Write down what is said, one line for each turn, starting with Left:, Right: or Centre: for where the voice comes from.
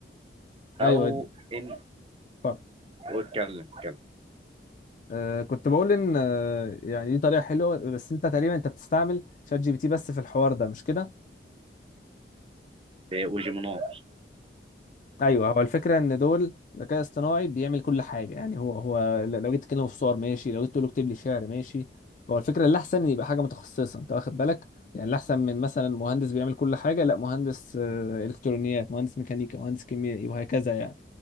Left: ايوه
Right: او
Left: دي.
Right: ان
Left: اتفضل.
Right: واتكلم اتكلم
Left: آه، كنت بقول ان آه، يعني دي طريقه حلوه بس انت تقريبا انت بتستعمل شات جي بي تي بس في الحوار ده مش كده
Right: وجيميناي
Left: ايوه هو الفكره ان دول ذكاء اصطناعي بيعمل كل حاجه يعني هو هو ل- لو جيت تكلمه في صور ماشي لو جيت تقول له اكتب لي شعر ماشي هو الفكره اللي احسن يبقى حاجه متخصصه انت واخد بالك يعني الاحسن من مثلا مهندس بيعمل كل حاجه لا مهندس آه، الكترونيات مهندس ميكانيكا مهندس كيميائي وهكذا يعني